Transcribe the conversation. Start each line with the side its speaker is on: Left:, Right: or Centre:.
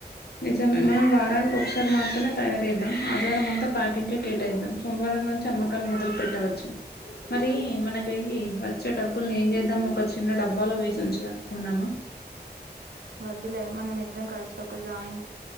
Left: నిజమే మనం వారానీకి కొసారి మాత్రమే తయారు చేద్దాం ఆదివారం అంతా ప్యాకింగ్ కి కేటాయిద్దాం సోమవారం నుంచి చమ్మకాలు మొదలు పెట్టవచ్చు మరి మనకి వచ్చే డబ్బుల్ని ఏం చేద్దాం ఒక చిన్న డబ్బాలో వేసి ఉంచుకుందమా
Right: వద్దులే మనమిద్దరం కలిసి ఒక జాయింట్